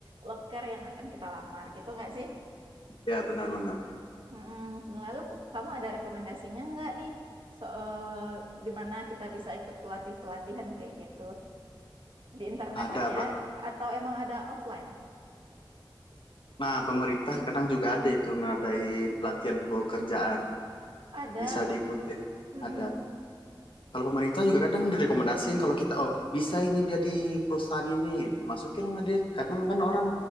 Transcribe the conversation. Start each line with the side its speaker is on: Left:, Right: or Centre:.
Right: loker yang akan kita lamar gitu nggak sih?
Left: ya benar-benar.
Right: Mm-mm. Lalu kamu ada rekomendasinya nggak nih? So, eh, di mana kita bisa ikut pelatih-pelatihan kayak gitu? di internet
Left: Ada
Right: aja atau emang ada offline?
Left: Nah, pemerintah kadang juga ada itu ngadain pelatihan pekerjaan,
Right: Ada.
Left: bisa diikutin.
Right: Mm-mm.
Left: Ada. Kalau pemerintah juga kadang direkomendasiin kalau kita oh bisa ini dia di perusahaan ini dimasukin sama dia. Kadang kan orang